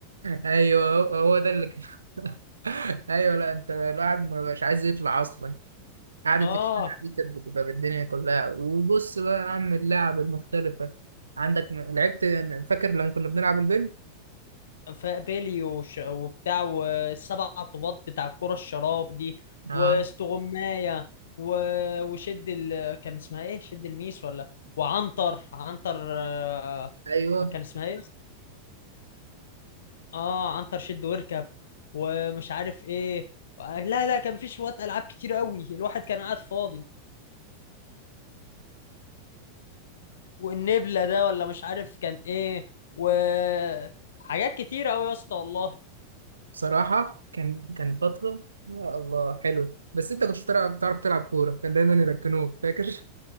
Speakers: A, on the right; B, on the left.
A: ايوه هو هو ده اللي كان <laughs> ايوه لا انت الواحد ما مش عايز يطلع اصلا
B: <laughs>
A: قعدة
B: اه
A: الشارع دي كانت بتبقى بالدنيا كلها وبص بقى يا عم اللعب المختلفة عندك لعبت فاكر لما كنا بنلعب البنج؟
B: فبيلي وش وبتاع والسبع طوبات بتاع الكرة الشراب دي
A: اه
B: واستغماية و... وشد ال... كان اسمها ايه شد الميس ولا وعنتر عنتر آه،
A: ايوه
B: كان اسمها ايه اه عنتر شد واركب ومش عارف ايه لا لا كان في شوية العاب كتير قوي الواحد كان قاعد فاضي والنبلة ده ولا مش عارف كان ايه وحاجات كتير قوي يا اسطى والله
A: بصراحة كان كان فترة يا الله حلو بس انت كنتش بتلعب بتعرف تلعب كورة كان دايما يركنوك فاكر